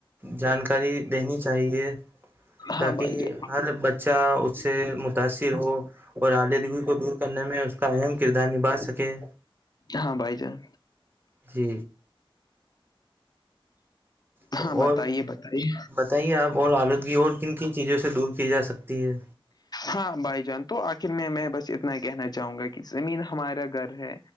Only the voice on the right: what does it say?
جانکاری دینی چاہیے تاکہ
ہر بچہ اس سے متاثر ہو اور آلیدگی کو دور کرنے میں اس کا اہم کردار نبھا سکے
جی تو
اور
بتائیے آپ اور آلودگی اور کن کن چیزوں سے دور کی جا سکتی ہے